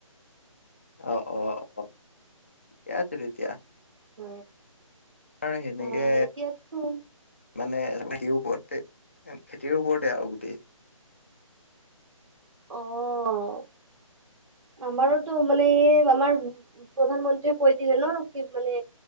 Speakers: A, on the left (about 25°); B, on the right (about 65°).
A: অহ'-অহ'-অহ' ঠিকে আছে তেতিয়া।
B: হয়।
A: আমাৰ সেনেকে
B: হয় এতিয়া
A: মানে খেতিৰ ওপৰতে, খেতিৰ ওপৰতে আৰু গোটেই।
B: অঁ' আমাৰোতো মানে এই আমাৰ প্ৰধানমন্ত্ৰীয়ে কৈ দিলে ন' কি মানে